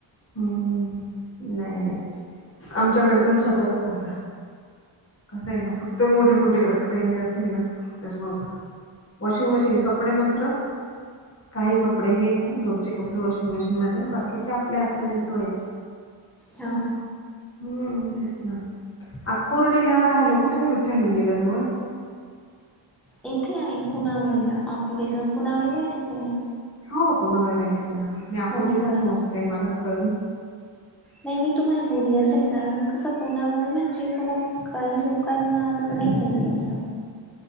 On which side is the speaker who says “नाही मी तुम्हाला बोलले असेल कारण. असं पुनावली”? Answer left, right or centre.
Centre